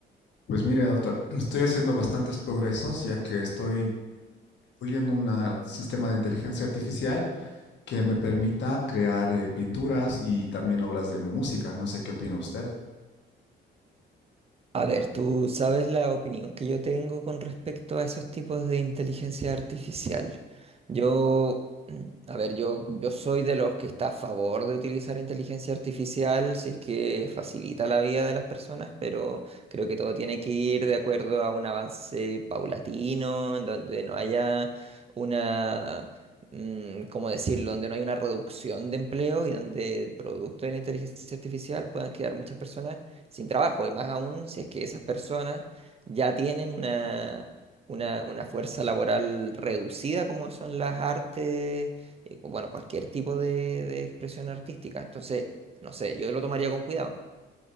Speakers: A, on the left; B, on the right.
A: Pues mire, doctor, <clears throat> estoy haciendo bastantes progresos ya que estoy puliendo un sistema de inteligencia artificial que me permita crear eh, pinturas y también obras de música. No sé qué opina usted.
B: A ver, tú sabes la opinión que yo tengo con respecto a esos tipos de inteligencia artificial. Yo, mm, a ver, yo, yo soy de los que está a favor de utilizar inteligencia artificial si es que facilita la vida de las personas, pero creo que todo tiene que ir de acuerdo a un avance paulatino, en donde no haya una... mm, ¿Cómo decirlo? Donde no hay una reducción de empleo y donde producto de la inteligencia artificial puedan quedar muchas personas sin trabajo, y más aún si es que esas personas ya tienen una, una, una fuerza laboral reducida como son las artes, eh, cu- bueno, cualquier tipo de, de expresión artística. Entonces, no sé, yo lo tomaría con cuidado.